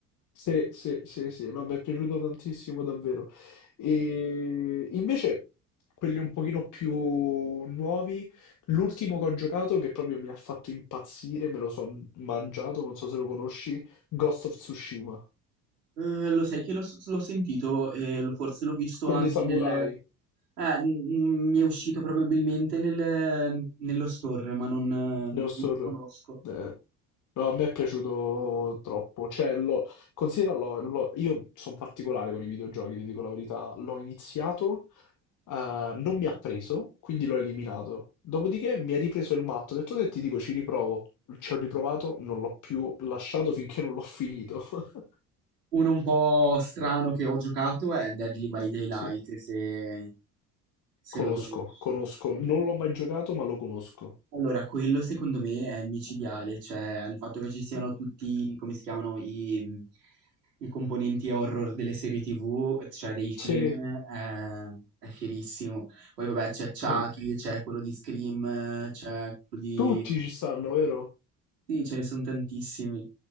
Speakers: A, on the left; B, on the right.
A: se, se, se, se, no, mi è piaciuto tantissimo davvero. E invece quelli un pochino più nuovi, l'ultimo che ho giocato che proprio mi ha fatto impazzire, me lo sono mangiato, non so se lo conosci, Ghost of Tsushima,
B: Uhm, lo sai che l'ho s l'ho sentito e l forse l'ho visto
A: quello
B: anche
A: dei samurai.
B: nel eh, mhmm, mi è uscito probabilmente nel nello store, ma non eh, non
A: Neostor,
B: lo conosco.
A: eh, no, a me è piaciuto troppo. Cioè, lo, considera, l'ho- l'ho- io sono particolare con i videogiochi, ti dico la verità. L'ho iniziato, eh, non mi ha preso, quindi l'ho eliminato. Dopodiché mi ha ripreso il matto, ho detto te ti dico ci riprovo. Ci ho riprovato, non l'ho più lasciato finché non l'ho finito. <laughs>
B: Uno un po' strano che ho giocato è Deadly by Daylight,
A: Sì.
B: se se
A: Conosco,
B: lo conosci.
A: conosco. Non l'ho mai giocato, ma lo conosco.
B: Allora, quello secondo me è micidiale, cioè il fatto che ci siano tutti come si chiamano, i mhmm I componenti horror delle serie TV, cioè dei film,
A: Sì,
B: è, è fierissimo. Poi vabbè c'è Chucky,
A: beh,
B: c'è quello di Scream, c'è quello di...
A: tutti ci stanno, vero?
B: Sì, ce ne sono tantissimi.